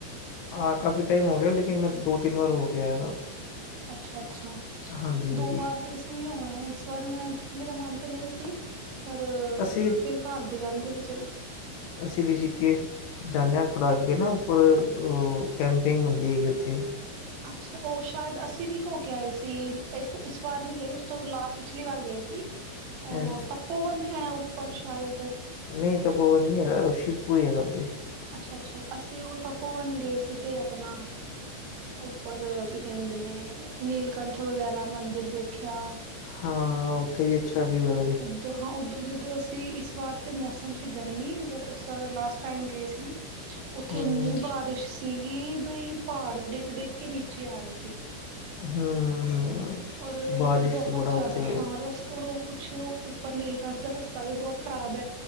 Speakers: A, on the left; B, on the right.
A: ਹਾਂ ਕਾਫੀ ਟਾਈਮ ਹੋ ਗਿਆ ਲੇਿ ਮੈਂ ਦੋ - ਤਿੰਨ ਵਾਰ ਹੋ ਗਿਆ ਹੈ ਨਾ।
B: ਅੱਛਾ ਅੱਛਾ
A: ਹਾਂਜੀ
B: ਦੋ
A: ਹਾਂਜੀ
B: ਵਾਰ ਤੇ ਅਸੀਂ ਵੀ ਹੋਏ ਆ ਇਸ ਵਾਰ ਮੈਂ ਮੇਰਾ ਮਨ ਤੇ ਨਹੀਂ ਸੀ। ਪਰ
A: ਅਸੀਂ
B: ਫਿਰ ਘਰ ਦੇ ਕਹਿੰਦੇ ਚਲੋ।
A: ਅਸੀ ਰਿਸ਼ੀਕੇਸ਼ ਜਾਂਣੇ ਹਾਂ ਥੋੜ੍ਹਾ ਅੱਗੇ ਨਾ ਉੱਪਰ ੳ ਕੈਂਪਿੰਗ ਹੁੰਦੀ ਹੈਗੀ ਉੱਥੇ।
B: ਅੱਛਾ ਉਹ ਸ਼ਾਇਦ ਅਸੀਂ ਵੀ ਹੋ ਕੇ ਆਏ ਸੀ ਇਸ ਇਸ ਵਾਰ ਨਹੀਂ ਗਏ ਉਸ ਤੋਂ ਲਾ ਪਿਛਲੀ ਵਾਰ ਗਏ ਸੀ।
A: ਹੈਂ
B: ਉਹ ਤਪੋਵਨ ਹੈ ਉੱਪਰ ਸ਼ਾਇਦ।
A: ਨਹੀਂ ਤਪੋਵਨ ਨਹੀਂ ਹੈਗਾ ਸ਼ਿਵਪੂਰੀ ਹੈਗਾ ਓਤੇ।
B: ਅੱਛਾ ਅੱਛਾ ਅਸੀਂ ਉਹ ਤਪੋਵਨ ਗਏ ਸੀ ਤੇ ਆਪਣਾ ਉੱਪਰ ਕੀ ਕਹਿੰਦੇ ਨੇ ਨੀਲਕੰਠ ਵਗੈਰਾ ਮੰਦਿਰ ਦੇਖਿਆ।
A: ਹਾਂ ਹਾਂ ਉੱਥੇ ਵੀ ਅੱਛਾ ਵਿਊ ਹੈ।
B: ਉਧਰ ਹਾਂ ਉੱਧਰ ਜਦੋਂ ਅਸੀਂ ਇਸ ਵਾਰ ਤੇ ਮੌਸਮ ਸੀ ਗਰਮੀ ਅਗਰ ਅਸਾ ਲਾਸਟ ਟਾਈਮ ਗਏ ਸੀ ਨਾ ਉੱਥੇ
A: ਹੂੰ
B: ਇੰਨੀ ਬਾਰਿਸ਼ ਸੀਗੀ ਬਈ ਪਹਾੜ ਡਿੱਗ ਡਿੱਗ ਕੇ ਨੀਚੇ ਆ ਰਹੇ ਸੀ।
A: ਹੂੰ। ਹੂੰ
B: ਔਰ
A: ਬਾਰਿਸ਼
B: ਬਹੁਤ
A: 'ਚ ਬੜਾ
B: ਜ਼ਿਆਦਾ
A: ਉੱਥੇ
B: ਹਾਂ ਰਸ ਔਰ ਕੁਛ ਪਰ ਨੀਲਕੰਠ ਦਾ ਰਸਤਾ ਵੀ ਬਹੁਤ ਖ਼ਰਾਬ ਹੈ